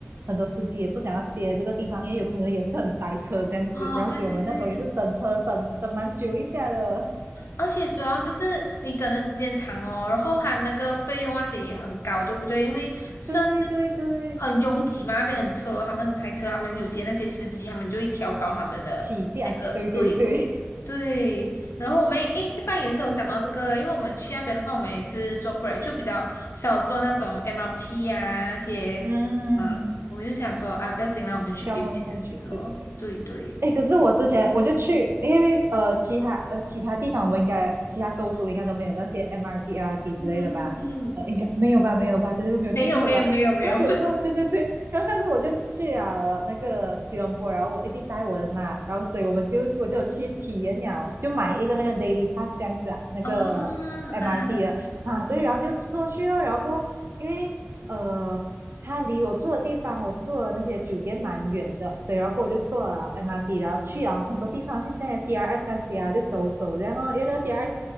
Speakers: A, on the right (about 60°); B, on the left (about 80°).
A: 很多司机也不想要接这个地方，因为有可能也是很塞车这样子。
B: 哦，
A: 然后所以我们那时候也是等车等等蛮久一下的。
B: 对对对，
A: <laughs>
B: 而且主要就是你等的时间长哦，然后它那个费用那些也很高，对不对？因为算是
A: 对对对，
B: 很拥挤嘛，那边很车，他们很塞车，他们有些那些司机他们就会调高他们的那个对
A: 起价，对对对，
B: 对。然后我们一一般也是有想到这个，因为我们去那边的话，我们也是坐 Grab，就比较少坐那种 MRT 呀那些，
A: <laughs> 嗯，
B: 嗯、我们就想说啊，不要紧啦，我们去别别边吃哦。
A: 交通工具，对对对。
B: 对对，
A: 哎，可是我之前我就去，因为呃，其他呃其他地方我们应该其他州属应该都没有那些 MRT、RT 之类的吧？
B: 嗯嗯嗯，
A: 呃，应该没有吧？没有吧？对对，没有记错吧？
B: 没有没有没有没有。
A: 然后结果对对对，然后上次我就去了那个吉隆坡，然后我弟弟带我的嘛，然后所以我们就我就有去体验了，就买一个那个 daily pass 这样子啊，那个
B: 哦，
A: MRT
B: 嗯，
A: 的啊，对，然后就坐去了，然后过后因为呃它离我住的地方，我住的那些酒店蛮远的，所以然后我就坐了 MRT，然后去了很多地方，去那些 DRX 那些啊，就走走这样哦。因为那个 DRX